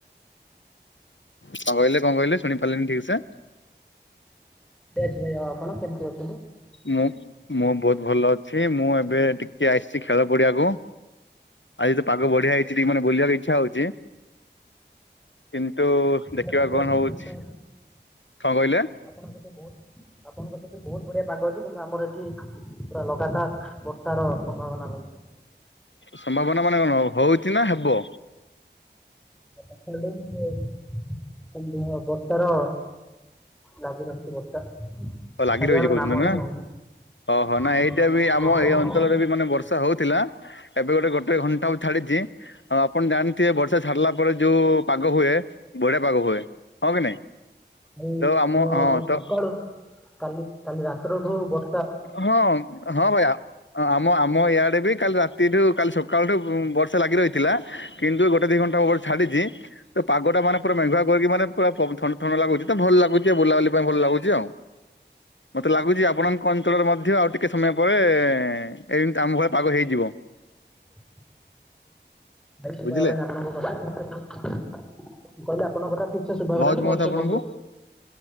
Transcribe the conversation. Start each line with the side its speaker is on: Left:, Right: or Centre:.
Left: କଣ କହିଲେ କଣ କହିଲେ ଶୁଣି ପାରିଲିନି ଠିକ ସେ।
Centre: <unintelligible> କେମିତି ଅଛି?
Left: ମୁଁ ମୁଁ ବହୁତୁ ଭଲ ଅଛି ମୁଁ ଏବେ ଟିକେ ଆସିଛି ଖେଳ ପଡିଆକୁ ଆଜି ତ ପାଗ ବଢିଆ ହେଇଛି ଟିକେ ମାନେ ବୁଲିବାକୁ ଇଚ୍ଛା ହଉଛି। କିନ୍ତୁ ଦେଖିବା
Centre: ଏ ପାଗ
Left: କଣ
Centre: ଅଛି
Left: ହଉଛି।
Centre: କିନ୍ତୁ
Left: କଣ କହିଲେ?
Centre: ଆପଣଙ୍କ ସହିତ ବହୁତ ଆପଣଙ୍କ ସେଠି ବହୁତ ବଢିଆ ପାାଗ ଅଛି। କିନ୍ତୁ ଆମର ଏଠି ପୁରା ଲଗାତାର ବର୍ଷାର ସମ୍ଭାବନା ରହିଛି।
Left: ସମ୍ଭାବନା ମାନେ କଣ ହଉଛି ନା ହେବ।
Centre: <unintelligible> ବର୍ଷାର ଲାଗି ରହିଁଛି ବର୍ଷା।
Left: ଲାଗି
Centre: ଛାଡିବାର
Left: ରହିଛି କହୁଛନ୍ତି
Centre: ନାମ
Left: ନା।
Centre: ହିଁ ନଉନି।
Left: ଓହୋ ନା
Centre: ଆଜ୍ଞା
Left: ଏଇଟା
Centre: ଆଜ୍ଞା
Left: ବି ଆମ
Centre: ବର୍ଷା
Left: ଏଇ ଅଞ୍ଚଳରେ ବି ମାନେ ବର୍ଷା ହଉଥିଲା। ଏବେ ଗୋଟେ ଗୋଟେ ଘଣ୍ଟା ଛାଡିଛି ଆଉ ଆପଣ ଜାଣିଥିବେ ବର୍ଷା ଛାଡିଲା ପରେ ଯୋଉ ପାଗ ହୁଏ। ବଢ଼ିଆ ପାଗ ହୁଏ ହଁ କି ନାଇଁ?
Centre: ଭାଇ
Left: ତ ଆମ ହଁ
Centre: ଭାଇ
Left: ତ
Centre: ସକାଳୁ କାଲି କାଲି ରାତିରଠୁ ବର୍ଷ
Left: ହଁ ହଁ ଭାଇ ଆମ ଆ ମଁ ଇଆଡ଼େ ବି କାଲି ରାତିଠୁ କାଲି ସକାଳଠୁ ବର୍ଷା ଲାଗି ରହିଥିଲା କିନ୍ତୁ ଗୋଟେ ଦୁଇ ଘଣ୍ଟା ହବ ଛାଡ଼ିଛି। ତ ପାଗ ଟା ମାନେ ପୁରା ମେଘୁଆ କରିକି ମାନେ ପୁରା ଥଣ୍ଡା ଥଣ୍ଡା ଲାଗୁଛି ତ ଭଲ ଲାଗୁଛି ବୁଲାବୁଲି ପାଇଁ ଭଲ ଲାଗୁଛି।
Centre: <inaudible>
Left: ଆଉ ମତେ ଲାଗୁଛି ଆପଣଙ୍କ ଅଞ୍ଚଳରେ ମଧ୍ୟ ଆଉ ଟିକେ ସମୟ ପରେ ଏମିତି ଆମ ଭଳି ପାଗ ହେଇଯିବ।
Centre: <inaudible> ଭାଇ ସୁବା
Left: ବୁଝିଲେ
Centre: ହେଲାନି ଆପଣଙ୍କ କଥା ଠିକ <unintelligible> ମୁଁ କହିଲି ଆପଣଙ୍କ କଥା ଠିକ ଠିକ ସେ ସୁବା
Left: ଶୁଭାଯାଉଛି
Centre: ହେଲାନି ଭଲସେ
Left: ମୋ କଥା ଆପଣଙ୍କୁ
Centre: କୁହନ୍ତୁ